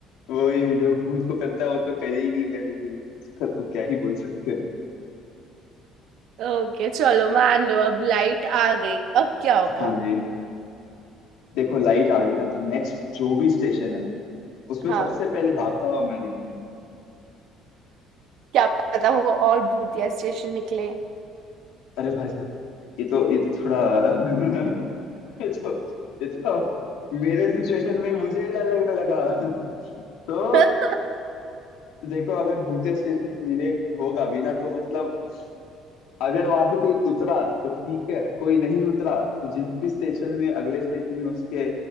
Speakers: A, on the left; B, on the right.
A: वही जो भूत को करता है वो तो करेगी करेगी उसका तो क्या ही बोल सकते हैं
B: ओके चलो मान लो अब लाइट आ गई अब क्या होगा
A: हाँ जी देखो लाइट आ गई ना तो नेक्स्ट जो भी स्टेशन है उसमें
B: हाँ
A: सबसे पहले भागता हुआ मैं दिखूं
B: क्या पता वो और भूतिया स्टेशन निकले
A: अरे भाई साहब ये तो ये तो थोड़ा <laughs> ये तो ये तो मेरे सिचुएशन में मुझे ही डर लगने लगा <laughs> तो
B: <laughs>
A: देखो अगर भूतिया स्टेशन मिले होगा भी ना तो मतलब अगर वहां पे कोई उतरा तो ठीक है कोई नहीं उतरा तो जिस भी स्टेशन में अगले स्टेशन में उसके